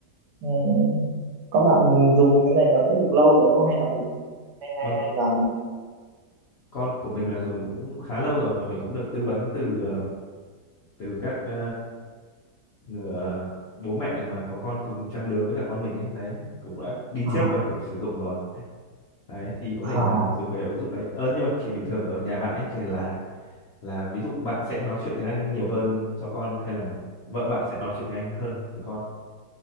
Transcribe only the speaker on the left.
con
con của mình là dùng cũng khá lâu rồi mà mình cũng được tư vấn từ ờ, từ các ờ, người, ờ, bố mẹ mà có con cùng trang lứa với cả con mình ấy đấy cũng đã đi
trước và kiểu sử dụng rồi đấy thì có
thể là dùng cái ứng dụng đấy ờ nhưng mà kiểu bình thường ở nhà bạn ấy thì là là ví dụ bạn sẽ nói chuyện tiếng Anh nhiều hơn cho con hay là vợ bạn sẽ nói chuyện tiếng Anh hơn với con